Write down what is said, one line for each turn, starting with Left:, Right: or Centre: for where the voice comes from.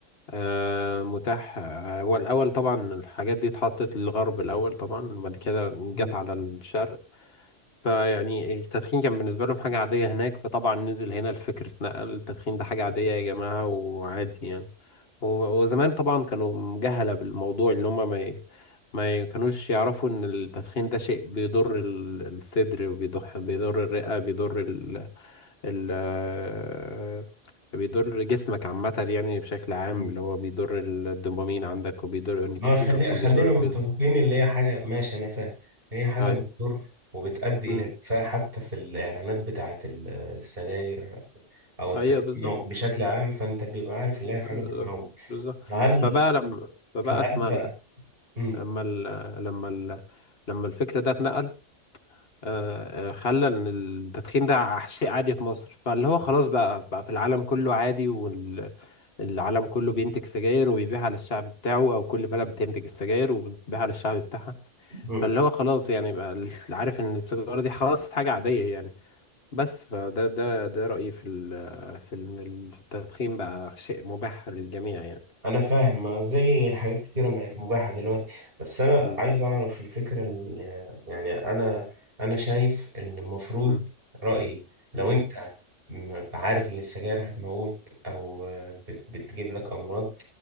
Left: آه متاح آه، هو الأول طبعا الحاجات دي اتحطت للغرب الأول طبعا وبعد كده
Right: مم.
Left: جت على الشرق فيعني التدخين كان بالنسبة لهم حاجة عادية هناك فطبعا نزل هنا الفكر اتنقل التدخين ده حاجة عادية يا جماعة وعادي يعني و- وزمان طبعا كانوا مجهلة بالموضوع اللي هم ما ي- ما ي- كانوش يعرفوا ان التدخين ده شيء بيضر ال- الصدر وبيضر بيضر الرئة بيضر ال ال آه، بيضر جسمك عامة يعني بشكل عام
Right: مم.
Left: اللي هو بيضر الدوبامين عندك وبيضر النيكوتين
Right: ما خلي...
Left: اصلا
Right: خلينا
Left: بيضر بيضر
Right: متفقين اللي هي حاجة ماشي أنا فاهم هي حاجة
Left: هاي.
Right: بتضر وبتؤدي
Left: مم.
Right: إلى الإدفاع حتى في الإعلانات بتاعة ال- السجاير أو التدخين
Left: ايوه بالظبط
Right: بشكل عام فأنت بيبقى عارف اللي
Left: ب-
Right: هي حاجة بتموت
Left: بالظبط
Right: فهل
Left: فبقى لما فبقى
Right: فهل
Left: اسمعني
Right: بقى
Left: بس
Right: مم.
Left: لما ال... لما ال... لما الفكر ده اتنقل آه، آه، خلى ان التدخين ده شيء عادي في مصر فاللي هو خلاص بقى بقى في العالم كله عادي والعالم كله بينتج سجاير وبيبيعها للشعب بتاعه او كل بلد بتنتج السجاير وبتبيعها للشعب بتاعها
Right: مم.
Left: فاللي هو خلاص يعني بقى ال- عارف ان السيجارة دي خلاص حاجة عادية يعني بس فده ده ده رأيي في ال... في إن التدخين بقى شيء مباح للجميع يعني
Right: انا فاهم ما زي حاجات كتيره بقت مباحه دلوقتي بس انا
Left: مم.
Right: عايز اعرف الفكره ال- يعني انا انا شايف ان المفروض
Left: مم.
Right: رايي لو
Left: مم.
Right: انت م- عارف ان السجاير هتموت او بت- بتجيب لك امراض